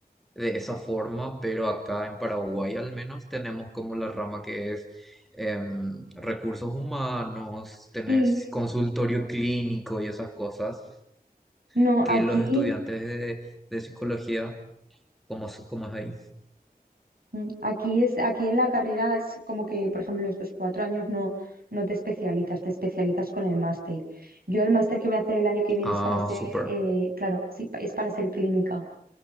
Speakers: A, in the centre; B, on the right (about 70°).
A: de esa forma, pero acá en Paraguay al menos tenemos como la rama que es em, recursos humanos, tenés
B: Sí,
A: consultorio clínico y esas cosas
B: no,
A: que
B: aquí,
A: los estudiantes de, de psicología, ¿cómo, es- cómo es ahí?
B: mm, aquí es, aquí en la carrera es como que, por ejemplo, estos cuatro años no, no te especializas, te especializas con el máster. Yo el máster que voy a hacer el año que viene
A: Ah,
B: es para ser,
A: súper,
B: eh, claro, sí, pa- es para ser clínica,